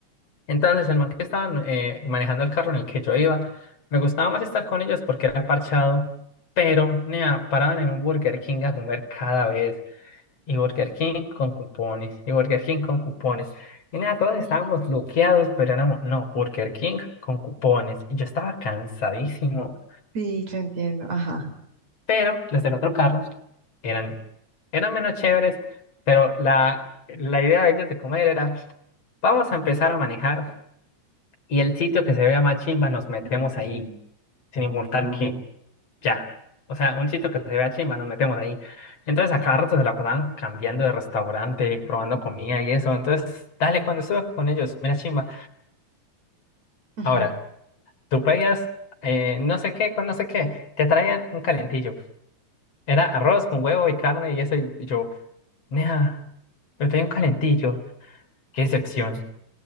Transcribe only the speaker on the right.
ujú.
Sí, yo entiendo, ajá.
ujú.